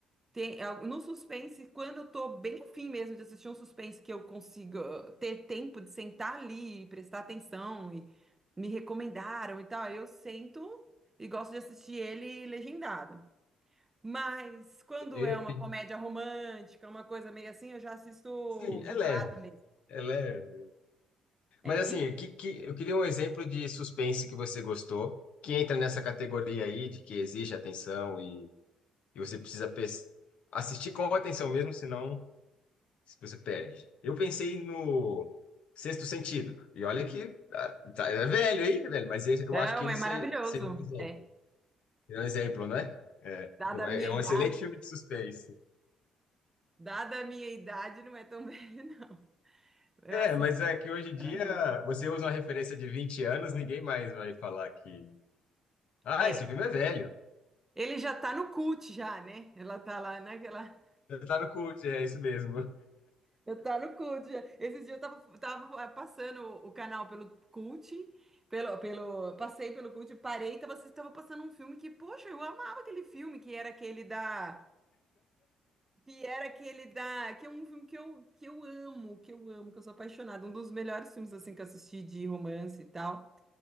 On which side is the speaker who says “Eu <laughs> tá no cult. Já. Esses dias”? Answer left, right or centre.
Right